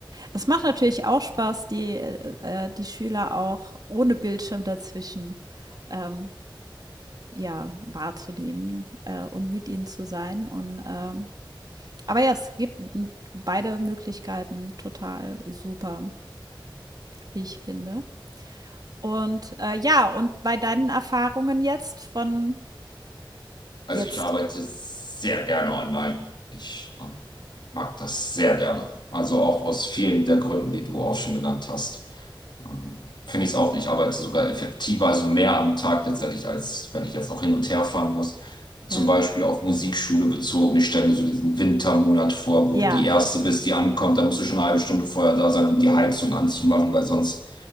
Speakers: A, on the right (about 50°); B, on the left (about 60°).
A: es macht natürlich auch Spaß, die, äh, äh die Schüler auch ohne Bildschirm dazwischen, ähm, ja, wahrzunehmen äh, und mit ihnen zu sein. Und ähm, aber ja, es gibt beide Möglichkeiten total super, wie ich finde. Und äh, ja, und bei deinen Erfahrungen jetzt von
B: Also
A: jetzt,
B: ich arbeite sehr gerne online. Ich ähm, mag das sehr gerne. Also auch aus vielen der Gründen, die du auch schon genannt hast. Ähm, Finde ich es auch. Ich arbeite sogar effektiver, also mehr am Tag tatsächlich, als wenn ich jetzt noch hin und her fahren muss. Zum
A: ja,
B: Beispiel auf Musikschule bezogen. Ich stelle mir so diesen Wintermonat vor, wo
A: ja,
B: du die Erste bist, die ankommt. Da musst du schon eine halbe Stunde vorher da sein, um die Heizung anzumachen, weil sonst